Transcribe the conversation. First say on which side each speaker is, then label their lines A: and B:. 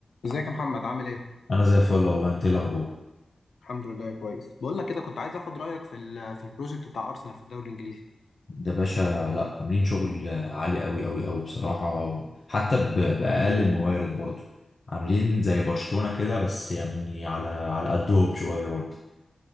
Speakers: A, on the left; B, on the left.
A: ازيك يا محمد عامل ايه؟
B: انا زي الفل والله انت ايه الاخبار
A: الحمد لله كويس بقول لك كده كنت عايز اخد رايك في ال في البروجكت بتاع ارسنال في الدوري الانجليزي
B: ده باشا لا عاملين شغل عالي قوي قوي قوي بصراحه حتى ب- باقل الموارد برضو عاملين زي برشلونه كده بس يعني على على قدهم شويه برضو